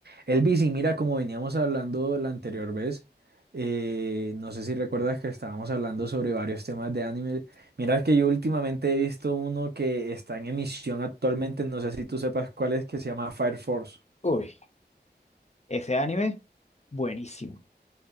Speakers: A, on the right; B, on the left.
A: Elvis, y mira, como veníamos hablando la anterior vez, eh, no sé si recuerdas que estábamos hablando sobre varios temas de anime. Mira que yo últimamente he visto uno que está en emisión actualmente, no sé si tú sepas cuál es, que se llama Fire Force.
B: Uy, ese anime, buenísimo.